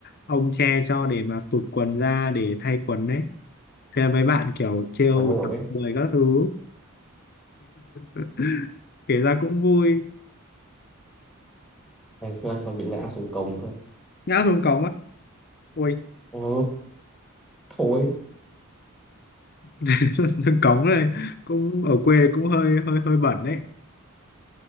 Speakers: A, on the left (about 45°); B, in the centre.
A: ông che cho để mà tụt quần ra để thay quần đấy thế là mấy bạn kiểu trêu
B: Còn hổ
A: chọc
B: đấy.
A: bời các thứ <laughs> kể ra cũng vui
B: Ngày xưa anh còn bị ngã xuống cổng cơ.
A: ngã xuống cống á ôi
B: Ừ. Thôi.
A: <laughs> xuống cống này cũng ở quê cũng hơi hơi hơi bẩn đấy